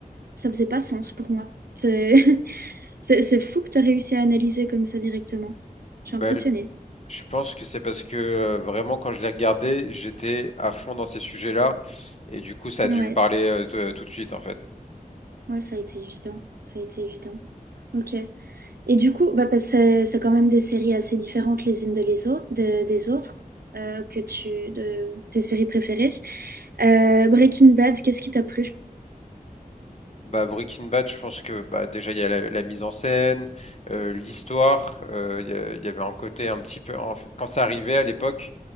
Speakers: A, on the right; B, on the left.
A: Ça faisait pas sens pour moi. C'est <laughs> c'est c'est fou que t'as réussi à analyser comme ça directement. Je
B: Bah,
A: suis impressionnée.
B: Je pense que c'est parce que euh, vraiment quand je l'ai regardé, j'étais à fond dans ces sujets-là et du coup ça
A: Ouais,
B: a dû me parler euh, t- euh, tout de suite en fait.
A: ouais, ça a été évident, ça a été évident. Ok. Et du coup, bah, parce que c'est c'est quand même des séries assez différentes les unes de les autres, de- des autres, euh, que tu, de, tes séries préférées. Euh, Breaking Bad, qu'est-ce qui t'a plu?
B: Bah Breaking Bad, je pense que bah déjà il y a la, la mise en scène, euh, l'histoire, euh, il y, a- il y avait un côté un petit peu en fait quand ça arrivait à l'époque,